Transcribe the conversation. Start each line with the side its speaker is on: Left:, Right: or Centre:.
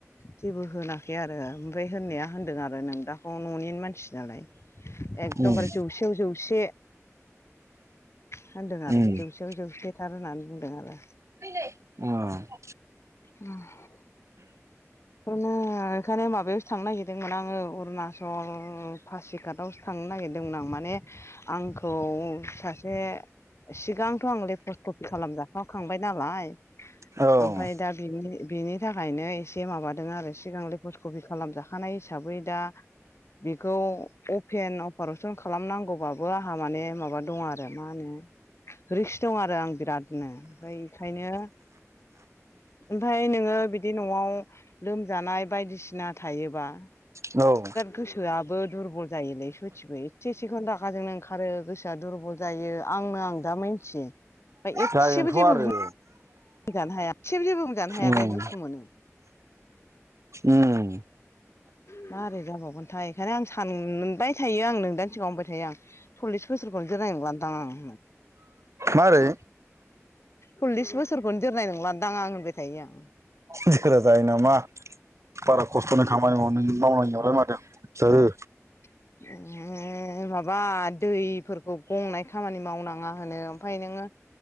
Left: जेबो होनाखै आरो ओमफ्राय होननाया होनदों आरो नोंदाखौ न'नि मानसि नालाय। एकदमबारे
Right: उम
Left: जौसेयाव जौसे होनदों आरो।
Right: उम
Left: जौसेयाव जौसे थार होननानै बुंदों आरो।
Right: <unintelligible>
Left: <unintelligible> बेफोरनो बेखायनो माबायावसो थांनो नागिरदोंमोन आङो अरुणाचल पासिघाटआव नागिरदोंमोन आं माने आंखौ सासे। सिगांथ' आं लेपसकफि खालामजाखाखांबाय नालाय
Right: औ
Left: ओमफाय दा। बिनि बेनि थाखायनो एसे माबादों आरो सिगां लेफस कबि खालामजाखानाय हिसाबै दा। बेखौ अपेन अपारशन खालामनांगौबाबो आंहा माने माबा दं आरो मा होनो? रिक्स दं आरो आं बिरादनो ओमफ्राय। ओंखायनो ओमफाय नोङो बिदि न'आव। लोमजानाय बायदिसिना थायो बा।
Right: औ।
Left: गोसोआबो दुरबल जायोलै सयथिबो एसे एसेखोनो रागा जोंनो ओंखारो गोसोआ दुरबल। जायो आंनो आं दा मिथियो ओमफाय एसेबो
Right: जागोनथ'
Left: जेबो
Right: आरो
Left: बुं बुंजानो हाया ए जेबो बुंजानो हाया
Right: उम
Left: दे दुखु मोनो।
Right: उम
Left: मारोरै जाबावगोनथाय बेखायनो आं सान मोनबाय थायो आं नोंदानि सिगां होनबाय थायो आं। सल्लिस बोसोरखौनो जोनाय नंलादां आं।
Right: मारै।
Left: सल्लिस बोसोरखौनो जोरनाय नंला दांआं होनबाय थायो आं।
Right: जखा जायो नामा बारा खस्थ'नो खामानि माव मावनाय। मादों जोरो।
Left: <unintelligible> उम माबा दैफोरखौ गंनाय खामानि मावनाङा होनो ओमफाय नोङो।